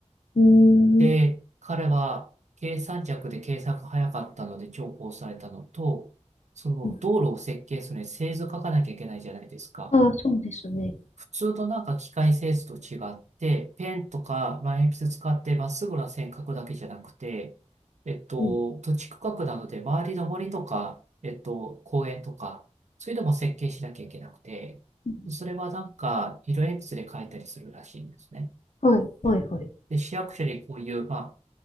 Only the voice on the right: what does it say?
で、
彼は計算尺で計算が早かったので重宝されたのと、その道路を設計するのに製図書かなきゃいけないじゃないですか。
普通のなんか機械製図と違って、ペンとか、まあ、鉛筆使ってまっすぐな線描くだけじゃなくて、えっと、
土地区画なので周りの森とか、えっと、公園とか、そういうのも設計しなきゃいけなくて、
それはなんか色鉛筆で描いたりするらしいんですね。
で、市役所にこういう、まあ、